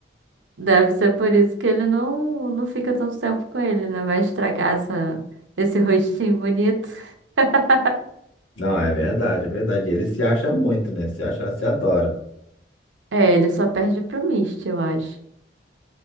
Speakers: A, on the right; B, on the left.
A: Deve ser por isso que ele não, não fica tanto tempo com ele, né? Vai estragar essa, esse rostinho bonito. <laughs>
B: Não, é verdade, é verdade. Ele se acha muito, né? Se acha, se adora.
A: É, ele só perde pro Mist, eu acho.